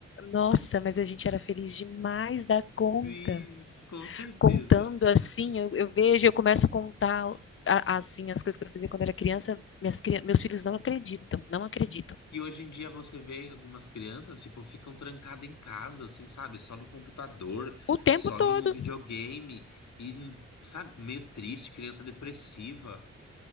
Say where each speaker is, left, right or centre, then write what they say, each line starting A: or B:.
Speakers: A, on the left; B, on the left.
A: Nossa, mas a gente era feliz demais da conta
B: Sim, com certeza.
A: contando assim, eu, eu vejo, eu começo a contar a- a, assim as coisas que eu fazia quando era criança, minhas, meus filhos não acreditam, não acreditam.
B: E hoje em dia você vê algumas crianças, tipo, ficam trancadas em casa, assim, sabe? Só no computador,
A: O tempo
B: só
A: todo,
B: no videogame, e, sabe, meio triste, criança depressiva.